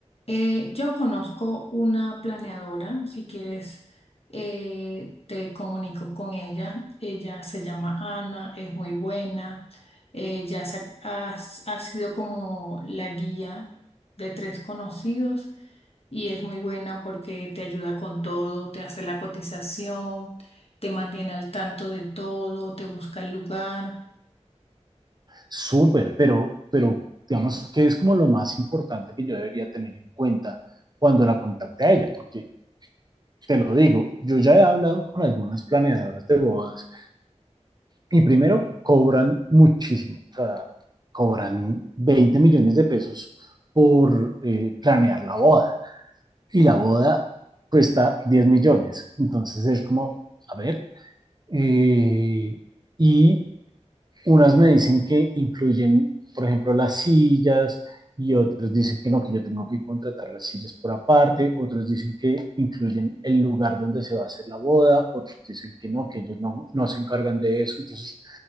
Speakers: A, on the left (about 55°); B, on the right (about 35°).
A: Eh, yo conozco una planeadora, si quieres eh, te comunico con ella. Ella se llama Ana, es muy buena. Ella se ha, ha- ha sido como la guía de tres conocidos y es muy buena porque te ayuda con todo, te hace la cotización, te mantiene al tanto de todo, te busca el lugar.
B: Súper, pero, pero digamos que es como lo más importante que yo debería tener en cuenta cuando la contacte a ella, porque te lo digo, yo ya he hablado con algunas planeadoras de bodas y primero cobran muchísimo, o sea, cobran 20 millones de pesos por eh, planear la boda y la boda cuesta 10 millones, entonces es como, a ver, eh, y Unas me dicen que incluyen, por ejemplo, las sillas y otros dicen que no, que yo tengo que contratar las sillas por aparte, otros dicen que incluyen el lugar donde se va a hacer la boda, otros dicen que no, que ellos no, no se encargan de eso. Entonces,